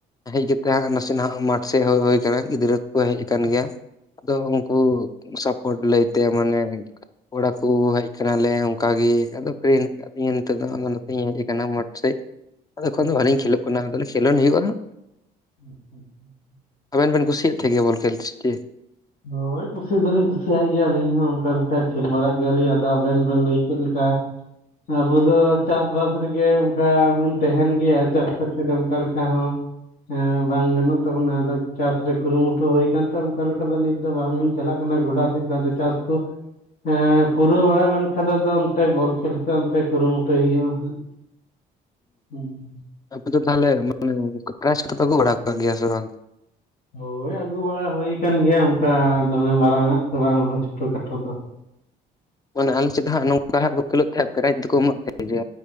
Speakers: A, on the left (about 20°); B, on the left (about 60°).
A: ᱦᱮᱡ ᱠᱟᱛᱮᱜ ᱦᱟᱸᱜ ᱱᱟᱥᱮᱱᱟᱜ ᱢᱟᱴᱷ ᱥᱮᱫ ᱦᱮᱡ ᱦᱳᱭ ᱟᱠᱟᱱᱟ ᱜᱤᱫᱽᱨᱟᱹ ᱠᱚᱠᱚ ᱦᱮᱡ ᱟᱠᱟᱱ ᱜᱮᱭᱟ ᱾ ᱟᱫᱚ
B: ᱟᱪᱪᱷᱟ ᱟᱪᱪᱷᱟ
A: ᱩᱱᱠᱩ ᱥᱟᱯᱳᱴ ᱞᱟᱹᱭ ᱛᱮ ᱢᱟᱱᱮ ᱠᱚᱲᱟ ᱠᱚ ᱦᱮᱡ ᱟᱠᱟᱱᱟ ᱞᱮ ᱚᱱᱠᱟ ᱜᱮ ᱟᱫᱚ ᱯᱷᱤᱨᱤ ᱦᱮᱱᱟᱜ ᱟᱠᱟᱫ ᱞᱤᱧᱟᱹ ᱱᱤᱛᱚᱜ ᱫᱚ ᱟᱫᱚ ᱱᱚᱛᱮᱧ ᱦᱮᱡ ᱠᱟᱱᱟ ᱢᱟᱴ ᱥᱮᱫ ᱟᱫᱚ ᱮᱠᱷᱚᱱ
B: ᱟᱪᱪᱷᱟ
A: ᱫᱚ ᱵᱟᱹᱞᱤᱧ ᱠᱷᱮᱞᱳᱜ ᱠᱟᱱᱟ ᱟᱫᱚ ᱞᱤᱧ ᱠᱷᱮᱞᱳᱱ ᱦᱩᱭᱩᱜᱼᱟ ᱦᱟᱸᱜ ᱾
B: <unintelligible>
A: ᱟᱵᱮᱱ ᱵᱮᱱ ᱠᱩᱥᱤᱭᱟᱜ ᱛᱟᱦᱮᱸᱜ ᱜᱮᱭᱟ ᱵᱚᱞ ᱠᱷᱮᱞ ᱥᱮ ᱪᱮᱫ?
B: ᱦᱳᱭ ᱠᱩᱥᱤ ᱫᱚᱞᱤᱧ ᱠᱩᱥᱤᱭᱟᱜ ᱜᱮᱭᱟᱞᱤᱧ ᱤᱧ ᱦᱚᱸ ᱚᱱᱠᱟ ᱞᱮᱠᱟ ᱠᱷᱮᱞ ᱵᱟᱲᱟᱜ ᱜᱮᱭᱟᱞᱤᱧ ᱟᱫᱚ ᱟᱵᱮᱱ ᱵᱮᱱ ᱞᱟᱹᱭ ᱠᱮᱫ ᱞᱮᱠᱟ ᱟᱵᱚ ᱫᱚ ᱪᱟᱥᱵᱟᱥ ᱨᱮᱜᱮ ᱚᱱᱠᱟ ᱵᱚᱱ ᱛᱟᱦᱮᱱ ᱜᱮᱭᱟ ᱪᱟᱥ ᱵᱟᱠᱷᱟᱡ ᱫᱚ ᱚᱱᱠᱟ ᱞᱮᱠᱟ ᱦᱚᱸ ᱦᱮᱸ ᱵᱟᱝ ᱜᱟᱱᱚᱜ ᱛᱟᱵᱚᱱᱟ ᱟᱫᱚ ᱪᱟᱥ ᱨᱮ ᱠᱩᱨᱩᱢᱩᱴᱩ ᱦᱩᱭ ᱠᱟᱱ ᱛᱮ ᱚᱱᱠᱟ ᱞᱮᱠᱟ ᱟᱫᱚ ᱱᱤᱛ ᱫᱚ ᱵᱟᱝ ᱵᱤᱱ ᱪᱟᱞᱟᱜ ᱠᱟᱱᱟ ᱜᱚᱰᱟ ᱥᱮᱫ ᱫᱚ ᱟᱫᱚ ᱪᱟᱥ ᱠᱚ ᱦᱮᱸ ᱯᱩᱨᱟᱹᱣ ᱵᱟᱲᱟ ᱞᱮᱱᱠᱷᱟᱡ ᱫᱚ ᱚᱱᱛᱮ ᱵᱚᱞ ᱠᱷᱮᱞ ᱠᱚ ᱚᱱᱛᱮ ᱠᱩᱨᱩᱢᱩᱴᱩᱭ ᱦᱩᱭᱩᱜᱼᱟ ᱦᱟᱸᱜ ᱾ ᱦᱩᱸ ᱾
A: ᱟᱯᱮ ᱫᱚ ᱛᱟᱦᱚᱞᱮ ᱢᱟᱱᱮ ᱯᱨᱟᱭᱤᱡ ᱠᱚᱫᱚ ᱯᱮ ᱟᱹᱜᱩ ᱵᱟᱲᱟᱣ ᱠᱟᱜ ᱜᱮᱭᱟ ᱥᱮ ᱵᱟᱝ?
B: ᱦᱳᱭ ᱟᱹᱜᱩ ᱵᱟᱲᱟ ᱦᱩᱭ ᱠᱟᱱ ᱜᱮᱭᱟ, ᱚᱱᱠᱟ ᱫᱚᱢᱮ ᱢᱟᱨᱟᱝ ᱟᱜ ᱫᱚ ᱵᱟᱝ ᱨᱮᱦᱚᱸ ᱪᱷᱳᱴᱳ ᱠᱷᱟᱴᱳ ᱫᱚ ᱾
A: ᱢᱟᱱᱮ ᱟᱞᱮ ᱥᱮᱫ ᱫᱚ ᱦᱟᱸᱜ ᱱᱚᱝᱠᱟ ᱦᱟᱸᱜ ᱠᱚ ᱠᱷᱮᱞᱳᱜ ᱛᱟᱦᱮᱸᱜ ᱯᱨᱟᱭᱤᱡᱽ ᱫᱚᱠᱚ ᱮᱢᱚᱜ ᱛᱟᱦᱮᱸᱜ ᱡᱮ